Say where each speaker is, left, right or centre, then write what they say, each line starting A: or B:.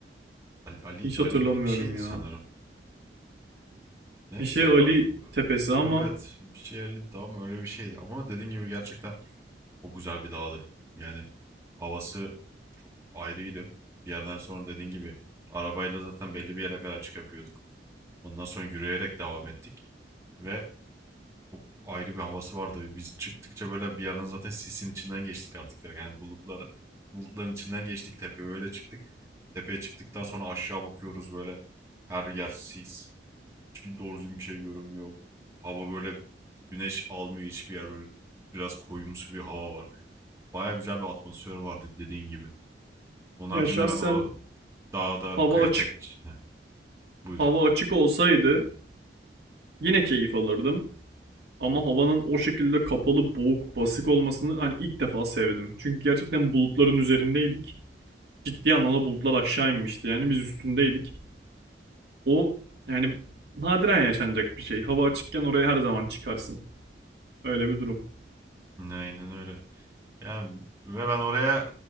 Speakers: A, on the right; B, on the right.
A: Ali, Ali
B: hiç
A: Ali'li
B: hatırlamıyorum
A: bir şeydi
B: ya.
A: sanırım. Neyse
B: Bir şey Ali
A: o-
B: tepesi ama
A: evet bir şeyli daha mı öyle bir şeydi ama dediğin gibi gerçekten Çok güzel bir dağdı. Yani havası çok ayrıydı. Bir yerden sonra dediğin gibi arabayla zaten belli bir yere kadar çıkabiliyorduk. Ondan sonra yürüyerek devam ettik. Ve çok ayrı bir havası vardı. Biz çıktıkça böyle bir yerden zaten sisin içinden geçtik artık direkt. Yani bulutlar, bulutların içinden geçtik tepeye öyle çıktık. Tepeye çıktıktan sonra aşağı bakıyoruz böyle her yer sis. Hiçbir doğru düzgün bir şey görünmüyor. Hava böyle güneş almıyor hiçbir yer. Böyle biraz koyumsu bir hava var. Baya güzel bir atmosfer vardı dediğin gibi. Onun haricinde
B: ya şahsen
A: ben o dağda
B: hava
A: kıyafet...
B: açık
A: Ne? Buyur.
B: hava açık olsaydı yine keyif alırdım. Ama havanın o şekilde kapalı, boğuk, basık olmasını hani ilk defa sevdim. Çünkü gerçekten bulutların üzerindeydik. ciddi anlamda bulutlar aşağı inmişti. Yani biz üstündeydik. O yani nadiren yaşanacak bir şey. Hava açıkken oraya her zaman çıkarsın. Öyle bir durum.
A: Aynen öyle. Yani ve ben oraya